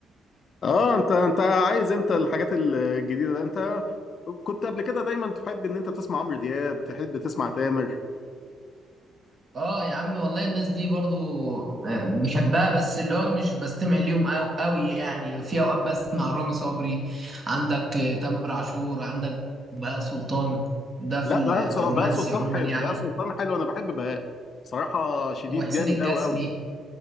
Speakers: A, on the left; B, on the right.
A: اه انت انت عايز امتى الحاجات الجديده ده انت كنت قبل كده دايما تحب ان انت تسمع عمرو دياب تحب تسمع تامر
B: اه يا عم والله الناس دي برضو آه، بحبها بس اللي هو مش بستمع اليوم قوي قوي يعني في اوقات بسمع رامي صبري عندك آه، تامر عاشور عندك بهاء سلطان ده في
A: لا
B: ال-
A: بهاء سل-
B: في الرومانسي
A: بهاء سلطان
B: عموما
A: حلو
B: يعني
A: بهاء سلطان حلو انا بحب بهاء بصراحه شديد
B: وحسين
A: جامد
B: الجسمي
A: قوي قوي